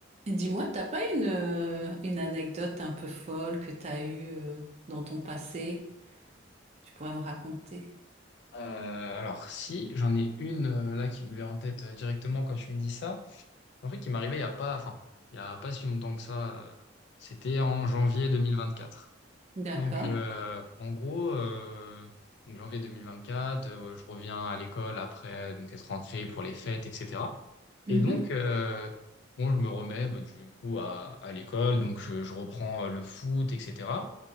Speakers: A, on the right (about 35°); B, on the left (about 60°).
A: Et dis-moi, t'as pas une, euh, une anecdote un peu folle que t'as eue euh, dans ton passé que tu pourrais me raconter?
B: Euh, alors si, j'en ai une euh, là qui me vient en tête euh, directement quand tu me dis ça. En fait, qui m'arrivait il y a pas, enfin, il y a pas si longtemps que ça. euh, c'était en janvier 2024.
A: D'accord.
B: Donc euh, en gros, euh, donc janvier 2024, euh, je reviens à l'école après donc être rentré pour les fêtes, etc.
A: Mhm.
B: Et donc euh, bon, je me remets bah, du coup à, à l'école, donc je, je reprends euh, le foot, etc.